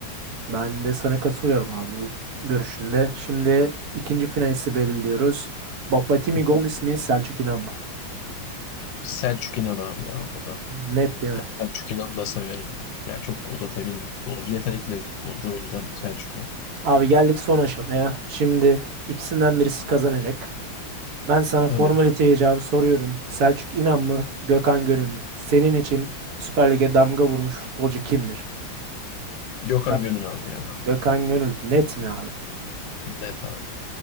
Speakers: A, on the right; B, on the left.
A: Ben de sana katılıyorum abi bu görüşünde. Şimdi ikinci finalisti belirliyoruz. Bafatimi
B: Hı hı.
A: Gomis mi Selçuk İnan mı?
B: Selçuk İnan abi ya onda da.
A: Net değil mi?
B: Selçuk İnan'ı da severim. Yani çok o da temiz bir futbolcu. Yetenekli bir futbolcu o yüzden Selçuk İnan.
A: Abi geldik son aşamaya. Şimdi ikisinden birisi kazanacak. Ben sana
B: Tabii.
A: formalite icabı soruyorum. Selçuk İnan mı Gökhan Gönül mü? Senin için Süper Lig'e damga vurmuş futbolcu kimdir?
B: Gökhan
A: Ya-
B: Gönül abi ya.
A: Gökhan Gönül net mi abi?
B: Net abi.